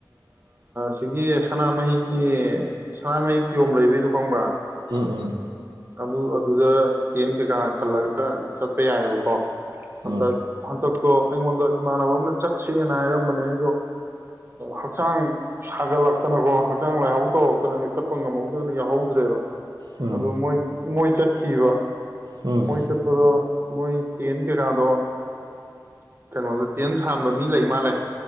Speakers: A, on the right; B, on the right.
A: ꯁꯤꯒꯤ ꯁꯅꯥꯃꯍꯤꯒꯤ ꯁꯅꯥꯃꯍꯤ ꯀꯤꯌꯣꯝ ꯂꯩꯕꯩꯗꯣ ꯈꯪꯕ꯭ꯔꯥ
B: ꯎꯝ ꯎꯝ
A: ꯑꯗꯨ ꯑꯗꯨꯗ ꯇꯦꯟ ꯀꯩꯀꯥ ꯈꯜꯂꯒ ꯆꯠꯄ ꯌꯥꯏꯑꯕꯀꯣ
B: ꯎꯝ
A: ꯈꯟꯇꯛ ꯍꯟꯗꯛꯇꯣ ꯑꯩꯉꯣꯟꯗ ꯏꯃꯥꯟꯅꯕ ꯑꯃꯅ ꯆꯠꯁꯦꯅ ꯍꯥꯏꯔꯝꯕꯅꯦ ꯑꯩꯗꯣ ꯍꯛꯆꯥꯡ ꯁꯥꯒꯠꯂꯛꯇꯅꯀꯣ ꯍꯛꯆꯥꯡ ꯂꯥꯏꯍꯧ ꯇꯧꯔꯛꯇꯅ ꯑꯩ ꯆꯠꯄ ꯉꯝꯍꯧꯗꯅ ꯌꯥꯎꯍꯧꯗ꯭ꯔꯦꯕ
B: ꯎꯝ
A: ꯑꯗꯨ ꯃꯣꯏ ꯃꯣꯏ ꯆꯠꯈꯤꯕ꯫
B: ꯎꯝ
A: ꯃꯣꯏ ꯆꯠꯄꯗꯣ ꯃꯣꯏ ꯇꯦꯟ ꯀꯩꯀꯥꯗꯣ ꯀꯩꯅꯣꯗ ꯇꯦꯟ ꯁꯥꯟꯕ ꯃꯤ ꯂꯩ ꯃꯥꯜꯂꯦ